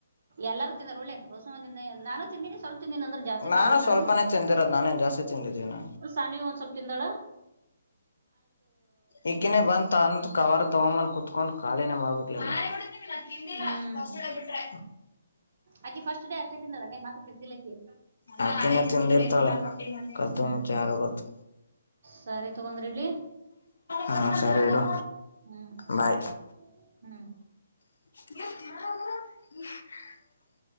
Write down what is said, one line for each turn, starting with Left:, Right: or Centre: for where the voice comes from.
Right: ಎಲ್ಲಾರೂ ತಿಂದರು ಉಳ್ಳೆ ಸುಮ ತಿಿಂದ ನಾನು ತಿಂದಿನಿ ಸ್ವಲ್ಪ ತಿಂದಿನಿ ಅಂದ್ರ ಜಾಸ್ತಿ
Left: ನಾನು
Right: ತಿಂದಿಲ್ಲ
Left: ಸ್ವಲ್ಪನೇ ತಿಂದಿರೋದ್ ನಾನೇನ್ ಜಾಸ್ತಿ ತಿಂದಿದ್ದೀನ
Right: ಸಾನಿ ಒಂದ್ ಸ್ವಲ್ಪ ತಿಂದಳ
Left: ಇಕಿನೇ ಬಂತ ಅಂತ ಕವಾರ ತಗೊಂಬನ್ ಕುೂತ್ಕೊಂಡ್ ಖಾಲಿನೇ ಮಾಡ್ಬಿಟ್ಲಿಲ್ಲ ನಾ ತಿಂದರ
Right: ಹ್ಮ್
Left: ಫಸ್ಟ್ ಡೇ ಬಿಟ್ರೆ
Right: ಆಕಿ ಫಸ್ಟ್ ಡೇ ಅಷ್ಟೇ ತಿಂದಾಳ ಅಲ್ಲೇ ಮತ್ತ್ ತಿಂದಿಲ್ಲ ಆಕಿ
Left: ಆ ತಿಿನ ತಿಿಂದಿರ್ತಾಳ ಕದ್ದು
Right: ಹ್ಮ್
Left: ಮುಚ್ಚಿ ಯಾರಿಗ ಗೊತ್ತು
Right: ಸರಿ ತಗೊಂಡ್ರಿ ಇಡ್ಲಿ
Left: ಹಾ ಸರಿ ಇಡು
Right: ಹ್ಮ್
Left: ಬೈ
Right: ಬಾಯ್ ಹ್ಮ್.
Left: <inaudible>